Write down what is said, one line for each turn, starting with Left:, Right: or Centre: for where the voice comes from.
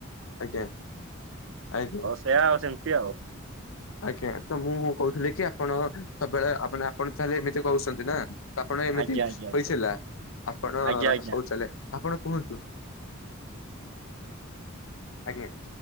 Left: ଆଜ୍ଞା ଆଜ୍ଞା।
Right: ସେୟା ଆଉ ସେମିତି ଆଉ।
Left: ଆଜ୍ଞା ତ ମୁଁ କହୁଥିଲି କି ଆପଣ ସବୁବେଳେ ଆପାନା ଆପଣ ତାହେଲେ ଏମିତି କହୁଛନ୍ତି ନା। ଆପଣ ଏମିତି
Right: ଆଜ୍ଞା ଆଜ୍ଞା
Left: ହେଇଥିଲା ଆପଣ
Right: ଆଜ୍ଞା ଆଜ୍ଞା
Left: ହଉ
Right: ଆଜ୍ଞା।
Left: ଚାଲେ ଆପଣ କୁହନ୍ତୁ? ଆଜ୍ଞା